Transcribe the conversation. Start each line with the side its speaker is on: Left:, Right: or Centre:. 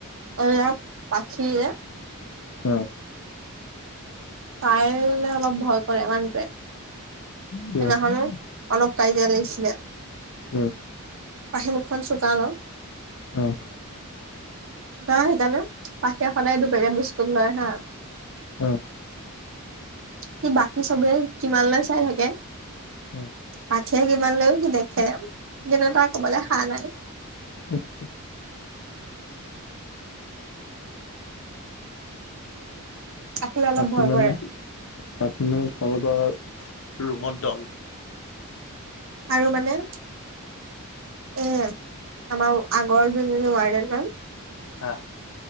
Right: অয়া পখিয়ে
Left: অহ',
Right: তাইলে অলপ ভয় কৰে মানুহটোৱে <inaudible>
Left: কিয়
Right: সেইদনাখনো। অলপ কাজয়া লাগিছিলে।
Left: উম।
Right: পাহি মুখখন চোকা ন।
Left: অহ।
Right: পা সেইকাৰণে পাখিয়ে সদায় দুপেকেট বিস্কুট লয় হা।
Left: অহ',
Right: সি বাকী চবে কিমান লয় চাই থাকে।
Left: উম,
Right: পাখিয়ে কিমান লৈও সি দেখে কিন্তু তাৰ কবলে খা নাই।
Left: <inaudible> আচছা।
Right: পাখিলে অলপ
Left: পাখি
Right: ভয়
Left: মানে
Right: কৰে
Left: পাখি মানে <unintelligible> ৰুমত দন।
Right: আৰু মানে এ আমাৰ আগৰ যোনজনী ওৱাৰ্ডেন মেম
Left: হা